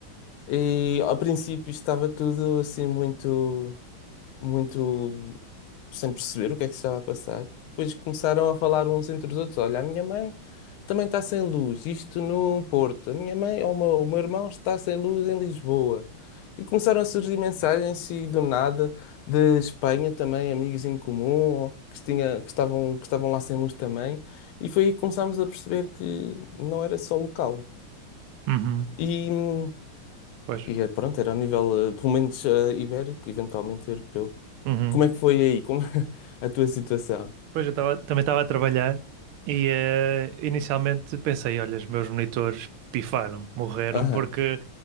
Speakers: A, on the left; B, on the right.
A: e ao princípio estava tudo assim muito, muito sem perceber o que é que se estava a passar. Depois começaram a falar uns entre os outros. Olha, a minha mãe também está sem luz, isto no Porto. A minha mãe ou o meu, o meu irmão está sem luz em Lisboa. E começaram a surgir mensagens e do nada de Espanha também, amigos em comum, que, tinha, que, estavam, que estavam lá sem luz também. E foi aí que começámos a perceber que não era só local.
B: Uhum.
A: E,
B: Pois.
A: e é, pronto, era a nível, eh, pelo menos, eh, ibérico, eventualmente europeu.
B: Uhum.
A: Como é que foi aí? Como <laughs> a tua situação?
B: Pois eu tava, também estava a trabalhar e eh, inicialmente pensei, olha, os meus monitores pifaram, morreram,
A: Aham.
B: porque